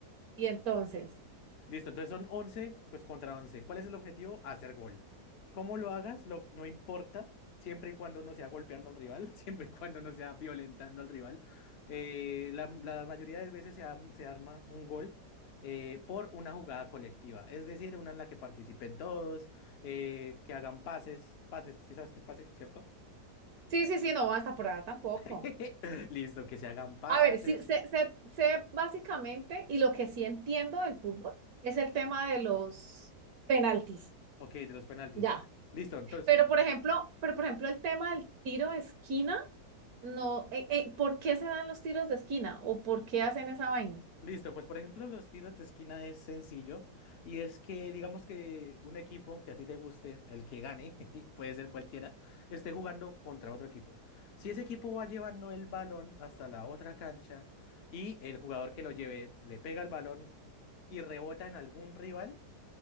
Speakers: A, on the right; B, on the left.
A: Y entonces,
B: Listo, entonces son 11 pues contra once ¿Cuál es el objetivo? Hacer gol. ¿Cómo lo hagas? Lo, no importa, siempre y cuando no sea golpeando al rival, <laughs> siempre y cuando no sea violentando al rival. Eh, la, la mayoría de veces se, am- se arma un gol eh, por una jugada colectiva, es decir, una en la que participen todos, eh, que hagan pases, pases, si sabes qué es pase, ¿cierto?
A: sí, sí, sí, no, hasta por allá tampoco.
B: <laughs> Listo, que se hagan pases.
A: A ver, sí, sé, sé, sé básicamente, y lo que sí entiendo del fútbol es el tema de los penaltis.
B: Ok, de los penaltis.
A: Ya,
B: Listo, entonces
A: Pero por ejemplo, pero por ejemplo el tema del tiro de esquina, no, eh, eh, ¿por qué se dan los tiros de esquina o por qué hacen esa vaina?
B: Listo, pues por ejemplo los tiros de esquina es sencillo y es que digamos que un equipo que a ti te guste, el que gane, <laughs> puede ser cualquiera, esté jugando contra otro equipo. Si ese equipo va llevando el balón hasta la otra cancha y el jugador que lo lleve le pega el balón y rebota en algún rival,